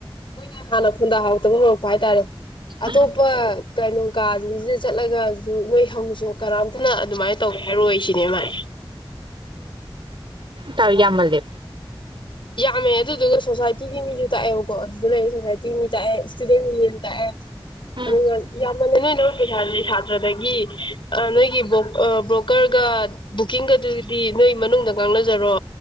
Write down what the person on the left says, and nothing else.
ꯃꯣꯏꯅ ꯍꯥꯟꯅ ꯈꯨꯣꯟꯟꯗꯥ ꯍꯔꯗꯕ ꯍꯧꯔꯛꯄ ꯍꯥꯏꯇꯥꯔꯦ ꯑꯇꯣꯞꯄ
ꯀꯩꯅꯣ ꯀꯥꯁꯤꯡꯁꯤꯗ ꯆꯠꯂꯒꯁꯨ ꯅꯣꯏ ꯍꯪꯉꯨꯁꯨ ꯀꯅꯥꯝꯇꯅ ꯑꯗꯨꯃꯥꯏꯅ ꯇꯧꯒꯦ ꯍꯥꯏꯔꯣꯏ ꯁꯤꯅꯦ ꯃꯥꯥꯏ
ꯌꯥꯝꯃꯦ ꯑꯗꯨꯗꯨꯒ ꯁꯣꯁꯥꯏꯇꯤꯒꯤ ꯃꯤꯁꯨ ꯇꯥꯛꯑꯦꯕꯀꯣ ꯑꯗꯨꯗ ꯂꯩꯔ ꯁꯣꯁꯥꯏꯇꯤꯒꯤ ꯃꯤ ꯇꯥꯛꯑꯦ ꯏꯁꯇꯨꯗꯦꯟ ꯌꯨꯅꯤꯌꯟ ꯇꯥꯛꯑꯦ
ꯑꯗꯨꯒ ꯌꯥꯝꯃꯅꯦ ꯅꯣꯏꯅ ꯄꯩꯁꯥꯥꯁꯦ ꯁꯥꯇ꯭ꯔꯗꯒꯤ ꯅꯣꯏꯒꯤ ꯕ꯭ꯔꯣꯀꯔꯒ ꯕꯨꯛꯀꯤꯡꯒꯗꯨꯗꯤ ꯅꯣꯏ ꯃꯅꯨꯡꯗ ꯉꯥꯡꯅꯖꯔꯣ